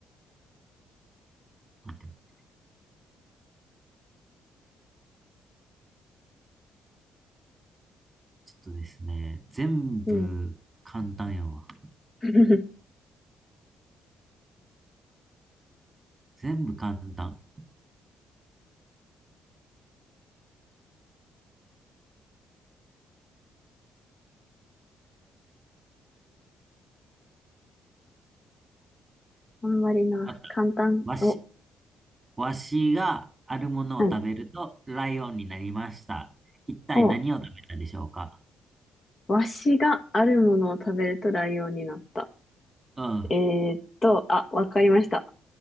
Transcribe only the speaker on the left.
うん。<laughs>
あんまりな。
簡単。
お、
はい。
お、わしがあるものを食べるとライオンになった。
えーっと、あ、わかりました。